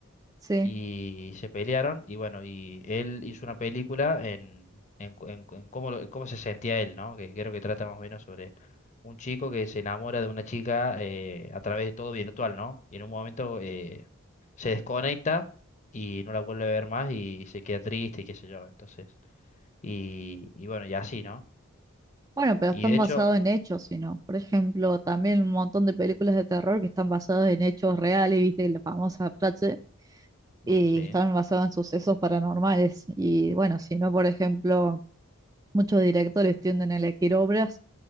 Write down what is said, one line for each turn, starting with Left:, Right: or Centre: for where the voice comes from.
Right: Sí.
Left: y se pelearon y bueno, y él hizo una película en, en, cu- en cu- en cómo, lo- en cómo se sentía él, ¿no? Que creo que trata más o menos sobre un chico que se enamora de una chica eh, a través de todo virtual, ¿no? Y en un momento eh, se desconecta y no la vuelve a ver más y se queda triste y qué sé yo, entonces. Y, y bueno, y así, ¿no?
Right: Bueno, pero
Left: Y
Right: están
Left: de hecho,
Right: basados en hechos, sino, por ejemplo, también un montón de películas de terror que están basadas en hechos reales, viste, la famosa frase,
Left: bueno,
Right: y
Left: sí,
Right: están basadas en sucesos paranormales. Y bueno, si no, por ejemplo, muchos directores tienden a elegir obras